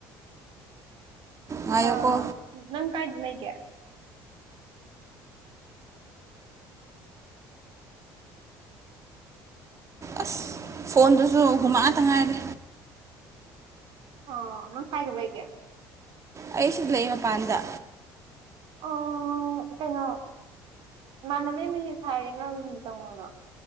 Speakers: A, on the right; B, on the right.
A: ꯉꯥꯏꯌꯣꯀꯣ
B: ꯑꯥ ꯅꯪ ꯀꯥꯏꯗ ꯂꯩꯒꯦ
A: ꯑꯁ ꯐꯣꯟꯗꯨꯁꯨ ꯍꯨꯃꯛꯑꯇ ꯉꯥꯏꯔꯦ
B: ꯑꯣ ꯃꯪ ꯀꯥꯏꯦꯕꯩꯒꯦ
A: ꯑꯩ ꯁꯤꯗ ꯂꯩ ꯃꯄꯥꯟꯗ
B: ꯑ ꯀꯩꯅꯣ ꯏꯃꯥꯟꯅꯅꯕ ꯃꯤꯁꯦ ꯊꯥꯔꯒꯦ ꯅ ꯌꯗ ꯆꯪꯉꯨꯅꯣ